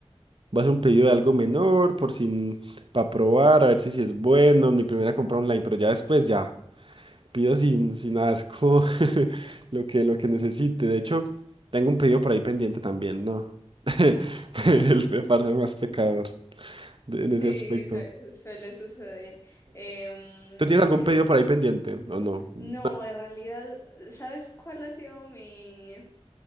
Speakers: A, on the right (about 55°); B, on the left (about 25°).
A: Vas a hacer un pedido de algo menor, por si, para probar, a ver si, si es bueno en mi primera compra online, pero ya después ya, pido sin, sin asco <laughs> lo que, lo que necesite. De hecho, tengo un pedido por ahí pendiente también, ¿no? <laughs> El, me parece más pecador de- en ese
B: sí,
A: aspecto.
B: sue- suele suceder. Em,
A: ¿Tú tienes algún
B: que
A: pedido por ahí pendiente? ¿O no? No,
B: No, en realidad, ¿sabes cuál ha sido mi,